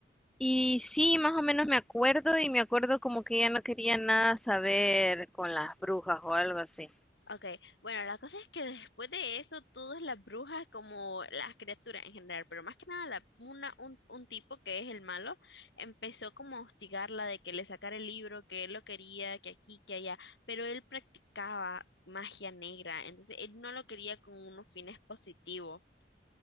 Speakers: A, in the centre; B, on the left.
A: Y sí, más o menos me acuerdo y me acuerdo como que ella no quería nada saber con las brujas o algo así.
B: Ok, bueno, la cosa es que después de eso, todas las brujas, como las criaturas en general, pero más que nada la- una, un, un tipo que es el malo, empezó como a hostigarla de que le sacara el libro, que él lo quería, que aquí, que allá, pero él practicaba magia negra, entonces él no lo quería con unos fines positivos.